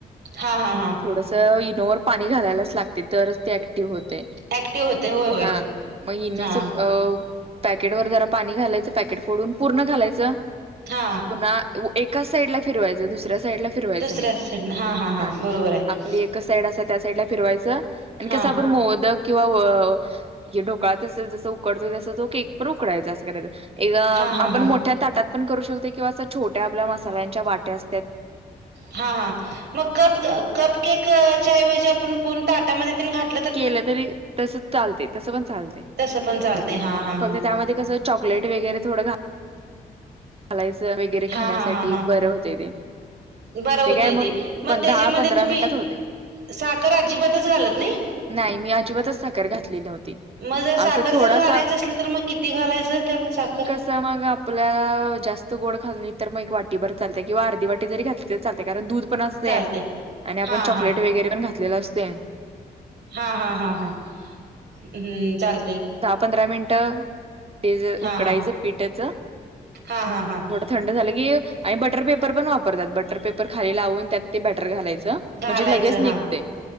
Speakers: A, on the right; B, on the right.
A: हा हा हा.
B: थोडस इनोवर पाणी घालायलाच लागतय तर ते ते होतंय
A: ऍक्टिव्ह होते होय होय
B: हा, मग इनोच
A: हा
B: अ पॅकेट वर जरा पाणी घालायचं पॅकेट फोडून पूर्ण घालायचं.
A: हा
B: पुन्हा तु एकाच साईडला फिरवायच दुसऱ्या साईडला फिरवायच
A: दुसऱ्या
B: नाही,
A: साईडन
B: हा
A: बरोबर आहे
B: आपली एक क साईड असं त्या साईडला फिरवायचं आणि
A: हा
B: कसं आपण मोदक किंवा व ह्यो ढोकळा जसं जसं उकडतोय तसं तो केक एक पण उकडायचं असं करायचं. एक
A: हा हा
B: आपण
A: हा
B: मोठ्या ताटात पण करू शकतो किंवा असं छोट्या आपल्या मसाल्यांच्या वाट्या असतात
A: हा हा मग कप कप केकच्या ऐवजी आपण पूर्ण ताटामध्ये घात
B: केलं तरी तसं चालते तसं पण चालते
A: तसं पण चालतंय हा हा हा
B: त्यामध्ये कसं चॉकलेट वगैरे थोडं घाल घालायच वगैरे
A: हा
B: खाण्यासाठी
A: हा हा हा
B: बरं होते ते.
A: बरं होतंय
B: काय
A: ते मग
B: पण
A: त्याच्यामध्ये
B: दहा पंधरा
A: तुम्ही
B: मिनिटात होते.
A: साखर अजिबातच घालत नाही?
B: नाही मी अजिबातच साखर घातले नव्हती.
A: मग जर साखर
B: असं थोडासा
A: जर घालायचं असली तर मग किती घालायचं त्याला साखर
B: तर मग आपल्याला जास्त गोड खाल्ली तर मग वाटी भर चालते किंवा अर्धी वाटी जरी घातली तर चालते कारण दुध पण असते
A: चालतंय
B: आणि आपण
A: हा
B: चॉकलेट
A: हा
B: वगैरे पण घातलेलं असते.
A: हा हा
B: असं
A: हा हा, हम्म चालतंय.
B: दहा-पंधरा मिनिटं ते ज
A: हा
B: उकडायचं
A: हा
B: पिठचं
A: हा हा हा.
B: थोडं थंड झालं की आणि बटर पेपर पण वापरतात बटर पेपर खाली लावून त्यात ते बॅटर घालाय च
A: घालायचं
B: म्हणजे लगेच निघते.
A: हा